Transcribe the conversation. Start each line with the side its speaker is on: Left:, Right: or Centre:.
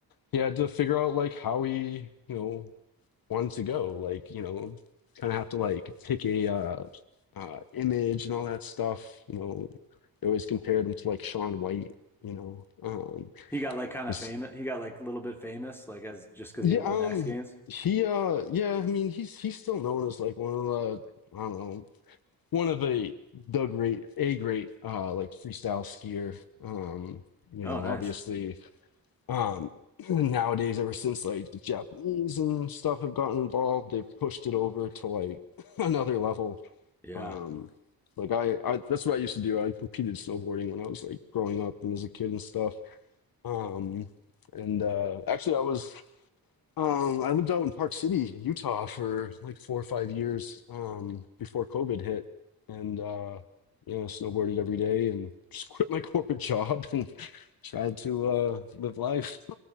Left: he had to figure out like how he you know wanted to go. Like you know, kind of have to like pick a uh, uh, image and all that stuff. You know, they always compared him to like Sean White. You know, um,
Centre: he got like kind
Left: because
Centre: of famous. He got like a little bit famous, like as just because
Left: Yeah,
Centre: he had won
Left: um,
Centre: the X Games.
Left: he, uh, yeah, I mean, he's he's still known as like one of the, I don't know, one of the the great a great uh like freestyle skier. Um, you
Centre: Oh,
Left: know,
Centre: nice.
Left: obviously, um, <clears throat> nowadays ever since like the Japanese and stuff have gotten involved, they've pushed it over to like <laughs> another level.
Centre: Yeah,
Left: Um, like I, I that's what I used to do. I competed snowboarding when I was like growing up and as a kid and stuff. Um, and uh, actually, I was. Um, I lived out in Park City, Utah for like four or five years um, before COVID hit. And, uh, you know, snowboarded every day and just <laughs> quit my corporate job <laughs> and tried to uh, live life. <laughs>